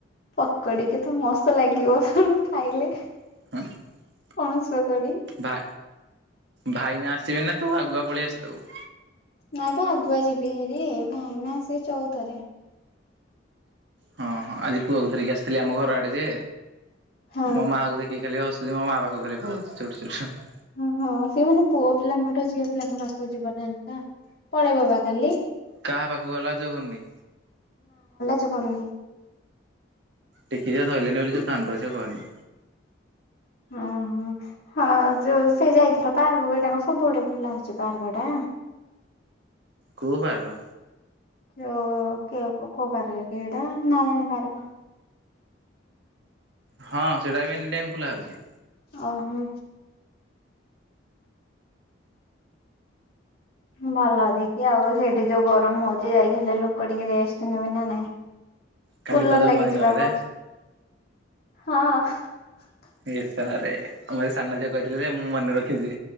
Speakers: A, on the left; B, on the right.
A: ପକୋଡି କେତେ ମସ୍ତ ଲାଗିବ ଖାଇଲେ
B: <unintelligible>
A: ପଣସ୍ ପକୋଡ଼ି
B: ଭା ଭାଇନା ଆସିବେ ନା ତୁ ଆଗୁଆ ପଳେଇ ଆସିଥିବୁ?
A: ନାଇ ପା ଆଗୁଆ ଯିବି ହେରି ଭାଇନା ଆସିବେ ଚଉଦରେ
B: ହଁ ହଁ ଆଜି ପୁଅକୁ ଧରିକି ଆସିଥିଲେ ଆମ ଘର ଆଡେ ଯେ
A: ହଁ
B: ମୋ ମାଆକୁ ଦେଖିକି ଖାଲି ହସ୍ ଯେ ମୋ ମା ପାଖକୁ ଖାଲି ପଳାଉଚି <unintelligible>
A: ଓହୋ ସେ ମାନେ ପୁଅ ପିଲାଙ୍କଠୁ ଝିଅ ପିଲାଙ୍କ ପାଖକୁ ଯିବ ନା ଏନକା ପଳେଇବ ବା କାଲି।
B: କାହା ପାଖକୁ ଗଲାଜ ଜେଗନି
A: ଯିବନି।
B: ଟିକି ଯେ ଧରିଲନି ବୋଲି ଯୋଉ କାନ୍ଦୁ ଜେ କହନି।
A: ଓ ହଁ ଯୋଉ ସେ ଯାଇଥିଲ ପାର୍କ ଏଇଟା କ ସବୁ ଆଡ଼େ ଖୋଲା ହଉଛି ପାର୍କ ଟା।
B: କୋଉ ପାର୍କ।
A: ଯଉ କେ କୋଉ ପାର୍କ କି ଏଟା ନା ଜାଣିନି ପାର୍କ
B: ହଁ ସେଟା ବି ଏନିଟାଇମ୍ ଖୋଲା ଅଛି।
A: ଓହୋ। ଭଲ ଦେଖିଆ ଆଉ ସେଇଠି ଯୋଉ ଗରମ ହଉଛି ଯାଇକି ହେଲେ ଲୋକ ଟିକେ ରେଷ୍ଟ ନେବେ ନା ନାଇଁ।
B: କାଲି
A: କୁଲର
B: ତୋ ଜନ୍ମଦିନ
A: ଲାଗିଯିପା
B: ବୋଧେ?
A: ବସ୍ ହଁ।
B: ଏଇ ଶଳାରେ ଆମର ସାନ ଝିଅ କହିଥିଲେ ମୁଁ ମନେ ରଖିଛି।